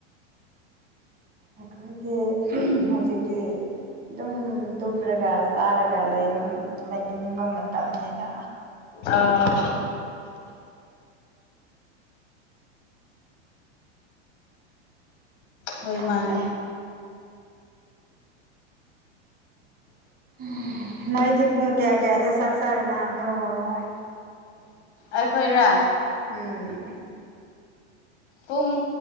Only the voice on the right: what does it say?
ꯑꯩꯈꯣꯏꯗꯤ ꯍꯧꯖꯤꯛꯇꯤ ꯑꯗꯨꯝ ꯇꯨꯝꯔꯒ ꯆꯥꯔꯒ ꯂꯩ ꯂꯩꯅꯤꯡꯕ ꯃꯇꯝꯅꯤꯗ
ꯈꯪꯗꯦ
ꯎꯝ ꯅꯣꯏꯗꯤ ꯄꯨꯡ ꯀꯌꯥ ꯀꯌꯥꯗ ꯆꯥꯛ ꯆꯥꯔꯅꯕ꯭ꯔꫭ
ꯎꯝ